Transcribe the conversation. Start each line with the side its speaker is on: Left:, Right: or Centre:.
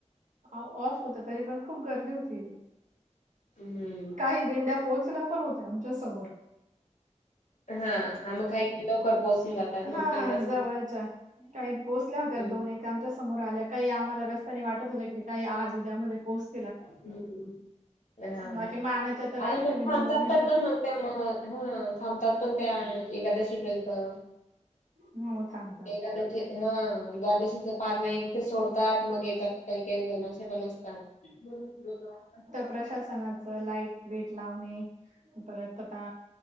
Right: ऑफ होत, तरी पण खूप गर्दी होती.
Left: हम्म.
Right: काही दिंड्या पोहोचल्या पण होत्या आमच्या समोर.
Left: हा. हा मग काही काही लवकर पोहोचून जातात
Right: हा
Left: मग तेवढंच
Right: जवळच्या काही पोचल्या होत्या
Left: हं,
Right: दोन एक आमच्या समोर आल्या काही आम्हाला रस्त्याने वाटत होते की काही आज उद्यामध्ये पोहच
Left: हम्म, हा
Right: बाकी मानाच्या तर
Left: आणि
Right: अष्टमी
Left: मग
Right: नवमी
Left: थांबतात
Right: नंतर
Left: तर ना मग. मग हा थांबतात पण त्या एकादशीपर्यंत. अ
Right: हो थांबतात
Left: एकादशी हा द्वादशीचे पारणं तिथे सोडतात मग येतात काही काही जण असे पण असतात. <unintelligible>
Right: प्रशासनाच लाईट विट लावणे परत तथा